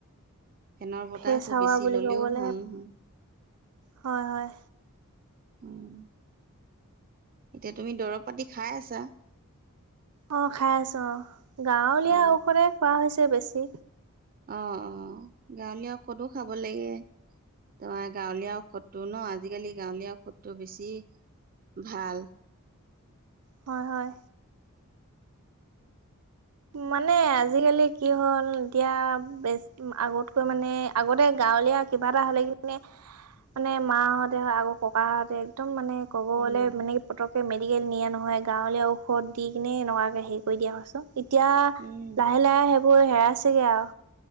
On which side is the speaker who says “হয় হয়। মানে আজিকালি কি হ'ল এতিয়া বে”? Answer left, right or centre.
Right